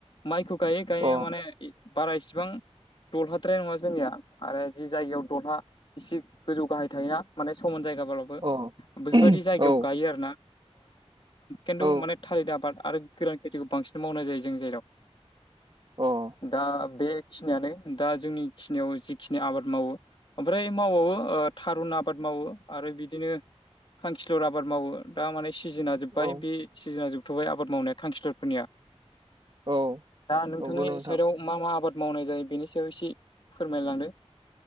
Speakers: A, on the left; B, on the right.
A: माइखौ गायो गायनाया
B: अ
A: माने बारा इसिबां दलहाद्राय नङा जोंनिया आरो जि जायगायाव दलहा इसे गोजौ गाहाय थायोना माने समान जायगाब्लाबो
B: अ औ
A: बेफोरबायदि जायगायाव गायो आरोना। खिन्थु
B: औ
A: माने थालिर आबाद आरो गोरान खेथिखौ बांसिन मावनाय जायो जोंनि जायगायाव।
B: अह।
A: दा बेखिनियानो दा जोंनि खिनियाव जिखिनि आबाद मावो। ओमफ्राय मावबावो थारुन आबाद मावो आरो बिदिनो खांखिलर आबाद मावो। दा माने सिजोना जोब्बाय
B: औ
A: बे सिजोना जोबथ'बाय आबाद मावनाया खांखिलरफोरनिया।
B: औ
A: दा नोंथांनि
B: नंगौ नोंथां
A: साइडआव मा मा आबाद मावनाय जायो बेनि सायाव एसे फोरमायलांदो।